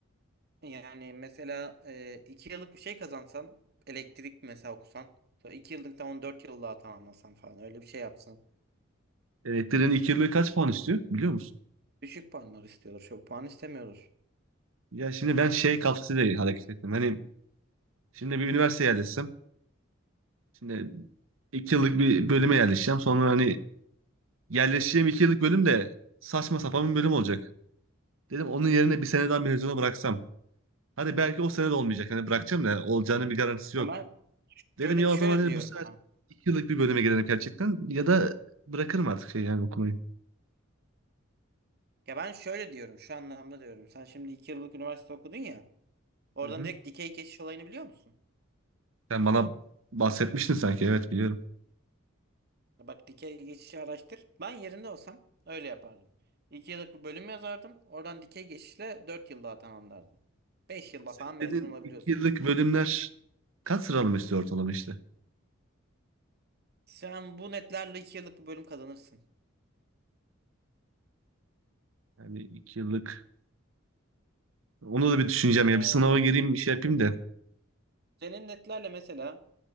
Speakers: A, on the right; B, on the right.
A: yani mesela e, iki yıllık bir şey kazansan elektrik mesela okusan sonra iki yıllıktan 14 yıl daha tamamlasan falan öyle bir şey yapsan.
B: Elektriğin ilk yılı kaç puan istiyor biliyor musun?
A: Düşük puanlar istiyordur çok puan istemiyordur.
B: Ya şimdi ben şey kafasıyla hareket ettim. Hani şimdi bir üniversiteye yerleşsem, şimdi iki yıllık bir bölüme yerleşeceğim. Sonra hani yerleşeceğim iki yıllık bölüm de saçma sapan bir bölüm olacak. Dedim onun yerine bir sene daha mezuna bıraksam. Hadi belki o sene de olmayacak. Hani bırakacağım da olacağının bir garantisi
A: Ama
B: yok. Dedim
A: şöyle
B: ya
A: şöyle
B: o zaman dedim,
A: diyorum
B: bu sefer
A: ha.
B: iki yıllık bir bölüme girelim gerçekten ya da bırakırım artık şey yani okumayı.
A: Ya ben şöyle diyorum şu anlamda diyorum. Sen şimdi iki yıllık üniversite okudun ya. Oradan
B: Hı hı.
A: direkt dikey geçiş olayını biliyor musun?
B: Sen bana bahsetmiştin sanki evet biliyorum.
A: Bak dikey geçişi araştır. Ben yerinde olsam öyle yapardım. 2 yıllık bir bölüm yazardım. Oradan dikey geçişle 4 yıllığa tamamlardım. 5 yılla
B: Senin
A: falan mezun
B: dediğin
A: olabiliyorsun.
B: iki yıllık bölümler kaç sıralama istiyor ortalama işte?
A: Sen bu netlerle 2 yıllık bir bölüm kazanırsın.
B: Yani iki yıllık onu da bir düşüneceğim ya
A: Yani
B: bir sınava gireyim bir şey yapayım da.
A: senin netlerle mesela